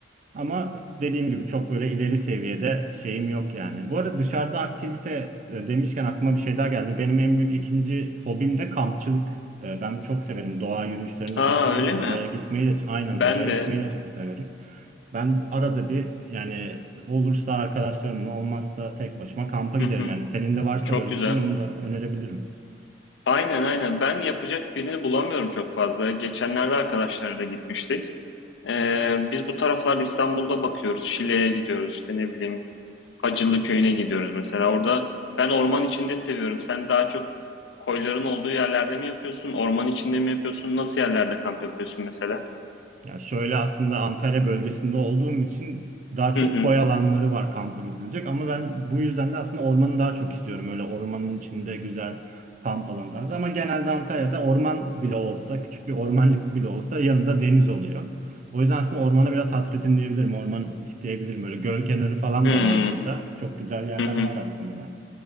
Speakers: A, on the right; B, on the left.
A: Ama dediğim gibi çok böyle ileri seviyede şeyim yok yani. Bu arada dışarıda aktivite e, demişken aklıma bir şey daha geldi. Benim en büyük ikinci hobim de kampçılık. E, Ben çok severim. Doğa yürüyüşlerini de
B: Aa
A: çok severim.
B: öyle mi?
A: Doğaya gitmeyi de aynen
B: Ben
A: doğaya
B: de.
A: gitmeyi de çok severim. Ben arada bir yani olursa arkadaşlarımla olmazsa tek başıma kampa giderim.
B: Hı hı.
A: Yani senin de varsa
B: Çok
A: böyle
B: güzel.
A: bir şeyin onu da önerebilirim.
B: Aynen aynen. Ben yapacak birini bulamıyorum çok fazla. Geçenlerde arkadaşlarla gitmiştik. Ee, biz bu taraflarda İstanbul'da bakıyoruz. Şile'ye gidiyoruz işte ne bileyim. Hacılı Köyü'ne gidiyoruz mesela. Orada ben orman içinde seviyorum. Sen daha çok koyların olduğu yerlerde mi yapıyorsun? Orman içinde mi yapıyorsun? Nasıl yerlerde kamp yapıyorsun mesela?
A: Ya şöyle aslında Antalya bölgesinde olduğum için daha çok
B: Hı hı.
A: koy alanları var kampa gidilecek ama ben bu yüzden de aslında ormanı daha çok istiyorum. Öyle ormanın içinde güzel kamp alanları da. ama genelde Antalya'da orman bile olsa küçük bir ormancık bile olsa yanında deniz oluyor. O yüzden aslında ormana biraz hasretim diyebilirim. Orman isteyebilirim. Böyle göl kenarı falan
B: Hı hı.
A: da var burada. Çok güzel yerler
B: Hı hı.
A: var aslında.